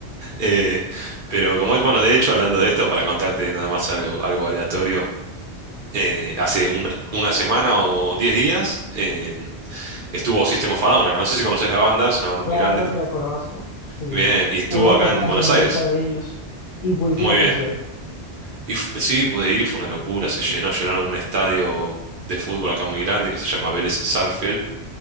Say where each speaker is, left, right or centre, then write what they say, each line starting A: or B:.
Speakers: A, on the right (about 60°); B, on the left (about 60°).
A: Eh, pero como es, bueno, de hecho, hablando de esto, para contarte nada más algo, algo aleatorio. eh, hace una, una semana o diez días eh, estuvo System of a Down acá. No sé si conoces la banda, es una banda
B: Claro
A: muy grande.
B: que la conozco. Sí,
A: Bien, y estuvo
B: una
A: acá
B: que otra
A: en
B: canción
A: Buenos
B: me
A: Aires.
B: gusta de ellos. Y pude
A: Muy
B: ir al
A: bien.
B: concierto.
A: Y fu- sí, pude ir y fue una locura. Se llenó, llenaron un estadio de fútbol acá muy grande que se llama Vélez Sarsfield.